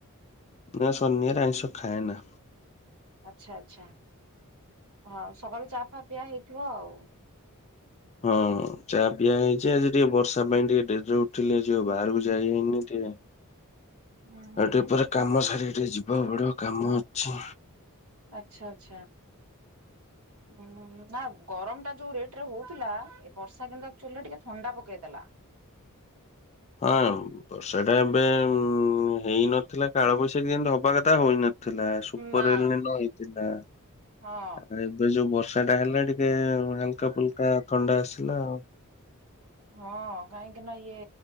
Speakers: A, on the left (about 30°); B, on the right (about 75°).
A: ନା ଶନିବାର ଆଇଁଷ ଖାଏନା।
B: ଆଚ୍ଛା, ଆଚ୍ଛା ହଁ ସକାଳୁ ଚା ଫା ପିଆ ହେଇଥିବ ଆଉ।
A: ହଁ ଚା ପିଆ ହେଇଛି, ଆଜି ଟିକେ ବର୍ଷା ପାଇଁ ଟିକେ ଡେରିରେ ଉଠିଲି ଆଜି ଆଉ ବାହାରକୁ ଯାଇ ହେଇନି ଟିକେ
B: ଉୁଁ ହୁଁ
A: ଆଉ ଟିକେ ପରେ କାମ ସାରିକି ଟିକେ ଯିବା ପଡିବ କାମ ଅଛି।
B: ଆଚ୍ଛା, ଆଚ୍ଛା। ଉଁ, ନା ଗରମ ଟା ଯୋଉ ରେଟ୍ ରେ ହଉଥିଲା, ଏ ବର୍ଷା କିନ୍ତୁ ଆକ୍ଚୁଲି ରେ ଟିକେ ଥଣ୍ଡା ପକେଇ ଦେଲା।
A: ଆଁ, ବର୍ଷା ଟା ଏବେ ଉଁ, ହେଇନଥିଲା କାଳ ବୈଶାଖୀ କିନ୍ତୁ ହବା କଥା ହଉନ ଥିଲା, ସୁପର
B: ନା
A: ଏଲିନୋ ହେଇଥିଲା
B: ହଁ
A: ତାପରେ ଏ ଯୋଉ ବର୍ଷା ଟା ହେଲା ଟିକେ ହାଲକା ଫୁଲକା ଥଣ୍ଡା ଆସିଲା ଆଉ।
B: ହଁ କାହିଁକି ନା ଇଏ